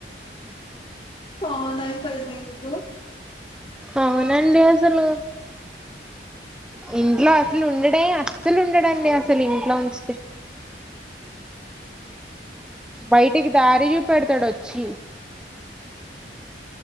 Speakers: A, on the left; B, in the centre.
A: ఫన్నా కాయిది ఇప్పు <inaudible>
B: అవునండి అసలు ఇంట్లో అసలు ఉండనే అస్సలు ఉండడండి అసలు ఇంట్లో నుంచి బయటికి దారి చూపెడతాడు వచ్చి